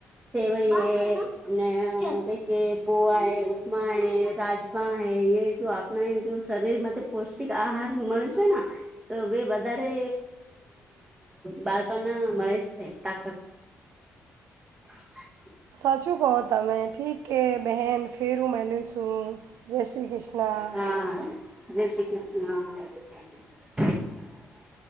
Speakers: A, on the right; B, on the right.
A: સેવઈ હ અને ક કે પોહ ઉપમા હ રાજમા હ એ જો આપણે જો શરીરમાં પૌષ્ટિક આહાર મળશે ને તો બે વધારે અરે બાળકને મળે છે તાકાત <inaudible>
B: સાચું કહો તમે ઠીક કે બહેન ફેરું મે લુંસું જય શ્રી કૃષ્ણ
A: હા <unintelligible>